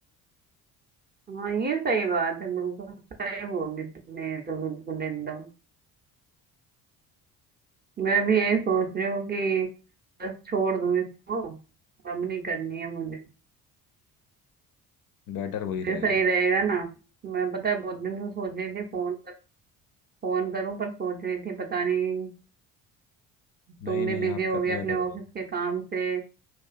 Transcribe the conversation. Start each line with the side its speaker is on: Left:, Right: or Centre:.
Right: हाँ ये सही बात है बिल्कुल सही बोली तुमने ये तो बिल्कुल एकदम मैं भी यही सोच रही हूँ कि बस छोड़ दूं इसको अब नहीं करनी है मुझे
Left: बेटर वही
Right: ये
Left: रहेगा
Right: सही रहेगा ना मैं पता है बहुत दिन से सोच रही थी फोन कर फोन करूं पर सोच रही थी पता नहीं तुम
Left: नहीं
Right: भी
Left: नहीं
Right: बिजी
Left: आप
Right: हो
Left: कर
Right: गए
Left: लिया
Right: अपने
Left: करो
Right: ऑफिस के काम से